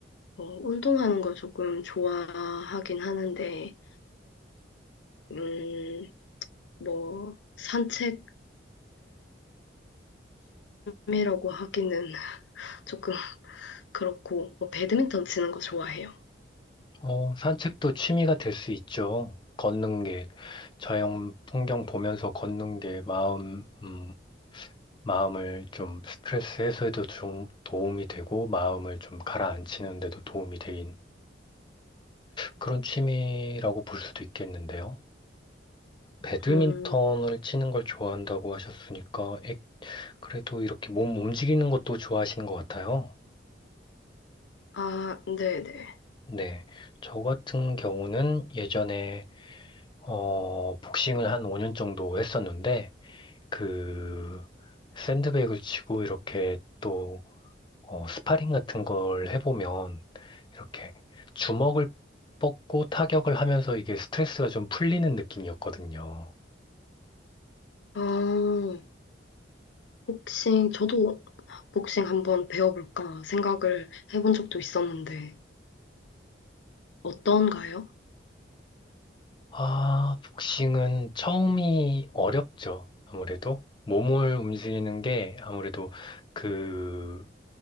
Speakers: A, on the left (about 75°); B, on the left (about 25°).
A: 어, 운동하는 거 조금 좋아하긴 하는데, 음, 뭐, 산책을 취미라고 하기는 <laughs> 조금 그렇고, 뭐, 배드민턴 치는 거 좋아해요.
B: 어, 산책도 취미가 될 수 있죠. 걷는 게, 자연 풍경 보면서 걷는 게 마음, 음, 마음을 좀 스트레스 해소에도 좀 도움이 되고 마음을 좀 가라앉히는 데도 도움이 되는 그런 취미라고 볼 수도 있겠는데요. 배드민턴을
A: 음,
B: 치는 걸 좋아한다고 하셨으니까 에, 그래도 이렇게 몸 움직이는 것도 좋아하시는 것 같아요.
A: 아, 네네.
B: 네. 저 같은 경우는 예전에 어, 복싱을 한 5년 정도 했었는데 그 샌드백을 치고 이렇게 또 어, 스파링 같은 걸 해보면 이렇게 주먹을 뻗고 타격을 하면서 이게 스트레스가 좀 풀리는 느낌이었거든요.
A: 어, 복싱, 저도 복싱 한번 배워볼까 생각을 해본 적도 있었는데, 어떤가요?
B: 아, 복싱은 처음이 어렵죠. 아무래도 몸을 움직이는 게 아무래도 그